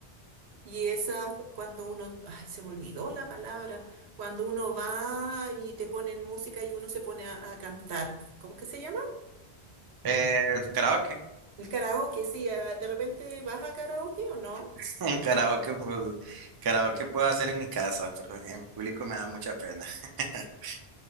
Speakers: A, on the right; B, on the right.
A: Y esas, cuando uno, ay, se me olvidó la palabra, cuando uno va y te ponen música y uno se pone a, a cantar, ¿cómo que se llama?
B: Eh, karaoke.
A: El karaoke, sí, ah, de repente vas a karaoke o no.
B: <laughs> Un karaoke, pues, karaoke puedo hacer en mi casa, pero en público me da mucha pena. <laughs>